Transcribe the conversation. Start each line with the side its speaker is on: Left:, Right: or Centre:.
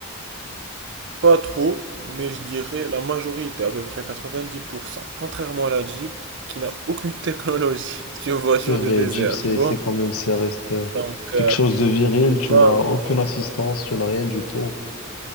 Right: Pas trop, mais je dirais la majorité, à peu près 90%. Contrairement à la Jeep, qui n'a aucune technologie. <laughs> C'est une voiture
Left: C'est vrai,
Right: de désert,
Left: Jeep, c'est,
Right: tu vois?
Left: c'est quand même, ça reste euh,
Right: Donc, euh,
Left: quelque chose de viril. Tu
Right: pas,
Left: n'as aucune assistance, tu n'as rien du tout.